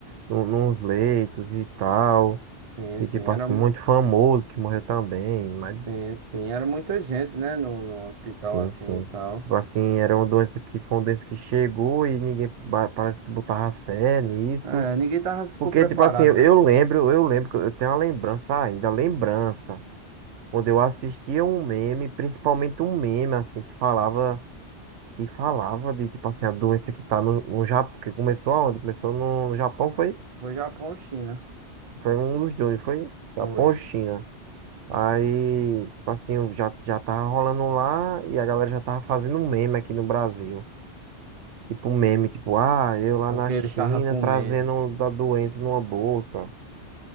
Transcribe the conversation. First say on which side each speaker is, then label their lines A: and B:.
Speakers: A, on the right; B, on the right.
A: no, nos leitos e tal.
B: sim,
A: E
B: sim,
A: tipo
B: era,
A: assim,
B: mu-
A: muito famoso que morreu também, mas
B: sim, sim, era muita gente, né? No, no hospital
A: sim,
B: assim
A: sim.
B: e tal.
A: Tipo assim, era uma doença que foi uma doença que chegou e ninguém ba- parece que botava fé nisso.
B: É, ninguém tava, ficou
A: Porque,
B: preparado,
A: tipo assim, eu,
B: né?
A: eu lembro, eu lembro que eu eu tenho uma lembrança ainda, lembrança, quando eu assistia um meme, principalmente um meme, assim, que falava, que falava de, tipo assim, a doença que tá no, no Japão, que começou aonde? Começou no, no Japão, foi?
B: Foi Japão ou China,
A: Foi um dos dois, foi Japão
B: foi.
A: ou China? Aí, tipo assim, eu já, já tava rolando lá e a galera já tava fazendo um meme aqui no Brasil. Tipo um meme, tipo, ah, eu lá
B: É o
A: na
B: que
A: China
B: eles estavam comendo.
A: trazendo da doença numa bolsa.